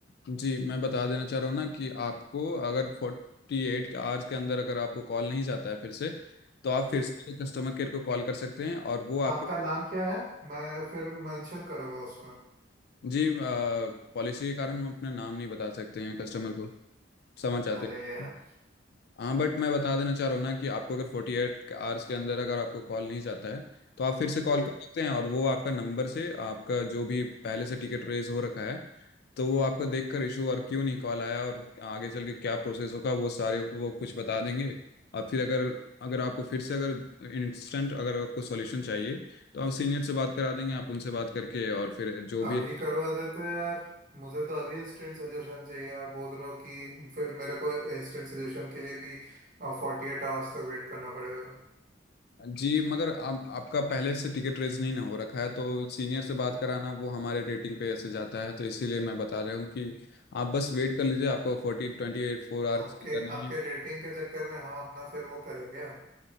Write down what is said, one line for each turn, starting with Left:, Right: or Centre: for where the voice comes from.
Left: जी मैं बता देना चाह रहा हूँ ना कि आपको अगर फोर्टी एट आवर्स के अंदर अगर आपको कॉल नहीं जाता है फिर से तो आप
Right: जी
Left: फिर से कस्टमर केयर को कॉल कर सकते हैं और वो
Right: आपका
Left: आपके
Right: नाम क्या है मैं फिर मेंशन करूंगा उसमें
Left: जी पॉलिसी के कारण हम अपना नाम नहीं बता सकते हैं कस्टमर को समझ आते
Right: अरे
Left: हैं
Right: यार
Left: हाँ बट मैं बता देना चाह रहा हूँ ना कि आपको अगर फोर्टी एट आवर्स के अंदर अगर आपको कॉल नहीं जाता है तो आप फिर से कॉल
Right: जी
Left: कर सकते हैं और वो आपका नंबर से आपका जो भी पहले से टिकट रेज हो रखा है तो वो आपको देख कर इशू और क्यों नहीं कॉल आया और आगे चल के क्या प्रोसेस होगा वो सारे वो कुछ बता देंगे और फिर अगर अगर आपको फिर से अगर इंस्टेंट अगर आपको सॉल्यूशन चाहिए तो आप सीनियर से बात करा देंगे आप उनसे बात करके और फिर जो
Right: अभी
Left: भी
Right: करवा देते हैं यार मुझे तो अभी इंस्टेंट सोल्यूशन चाहिए आप बोल रहे हो कि फिर मेरे को इंस्टेंट सोल्यूशन के लिए भी फोर्टी एट आवर्स तक वेट करना पड़ेगा
Left: जी मगर आप, आपका पहले से टिकट रेज नहीं ना हो रखा है तो सीनियर से बात कराना वो हमारे रेटिंग पे ऐसे जाता है तो इसीलिए मैं बता रहा हूँ कि आप बस वेट कर लीजिए आपको forty twenty eight four hours
Right: आपके
Left: अंदर नहीं
Right: आपके रेटिंग के चक्कर में हम अपना फिर वो करें क्या